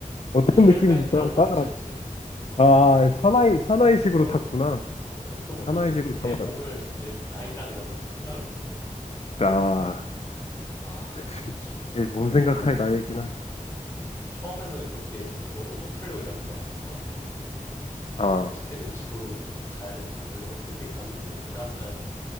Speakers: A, on the left; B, on the left.
A: 어떤
B: 헬멧
A: 느낌인지
B: 이런
A: 따,
B: 거 안
A: 따라.
B: 찼지요.
A: 아, 사나이,
B: 어,
A: 사나이식으로
B: 어, 어,
A: 탔구나.
B: 어, 뭣도 몰랐지.
A: 사나이식으로
B: 근데
A: 타버렸다.
B: 내 몸을, 내 나이랑 이런 걸 다 생각을 못하고.
A: 아,
B: 아,
A: 그치.
B: 근데
A: 그치.
B: 진짜
A: 이게
B: 막
A: 몸 생각할
B: 했는데
A: 나이긴 한.
B: 처음에는 그렇게 너무 쪽팔리고 이래갖고 아픈 것도 몰랐어.
A: 아,
B: 어떻게든 집으로 가야 된다. 그래서 어떻게 갔는데 그 다음날